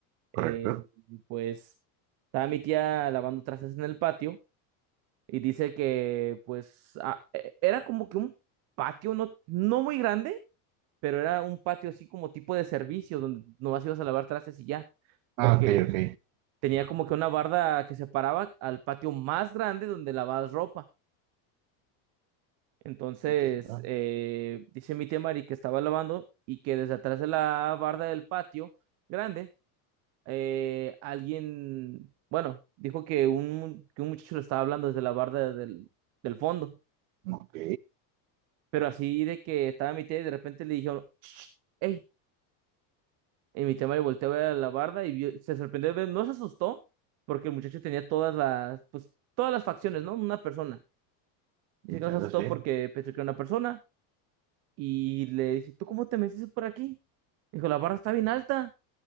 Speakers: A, on the right; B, on the right.
A: eh,
B: Correcto.
A: pues estaba mi tía lavando trastes en el patio y dice que pues ah, eh, era como que un patio no, no muy grande pero era un patio así como tipo de servicio, donde nomás ibas a lavar trastes y ya, porque
B: Ah, ok, ok.
A: tenía como que una barda que separaba al patio más grande donde lavabas ropa. Entonces,
B: Entiendo.
A: eh, dice mi tía Mari que estaba lavando y que desde atrás de la barda del patio grande, eh, alguien, bueno, dijo que un, que un muchacho le estaba hablando desde la barda del, del fondo,
B: Ok.
A: pero así de que estaba mi tía y de repente le dijeron, hey, y mi tema le volteó a ver a la barda y vio- se sorprendió, ve- no se asustó, porque el muchacho tenía todas las, pues, todas las facciones, ¿no? Una persona. Dice
B: Entiendo,
A: que no se asustó
B: sí.
A: porque pensó que era una persona y le dice, ¿tú cómo te metiste por aquí? Dijo, la barda está bien alta,